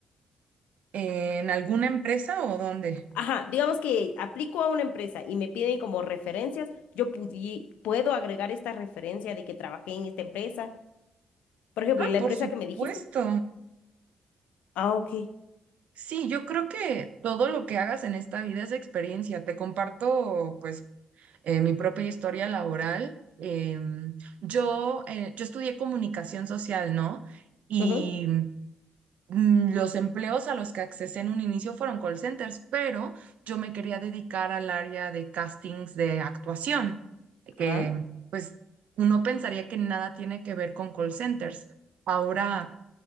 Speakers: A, on the right (about 65°); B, on the left (about 70°).
A: ¿En alguna empresa o dónde?
B: Ajá, digamos que aplico a una empresa y me piden como referencias, yo pudi- puedo agregar esta referencia de que trabajé en esta empresa. Por ejemplo,
A: Ah,
B: la
A: por
B: empresa
A: supuesto.
B: que me dijiste. Ah, ok.
A: Sí, yo creo que todo lo que hagas en esta vida es experiencia. Te comparto, pues, eh, mi propia historia laboral. Em, yo, eh, yo estudié comunicación social, ¿no? Y
B: Ujú.
A: mm, los empleos a los que accesé en un inicio fueron call centers, pero yo me quería dedicar al área de castings de actuación, que,
B: Ajá.
A: pues, uno pensaría que nada tiene que ver con call centers. Ahora...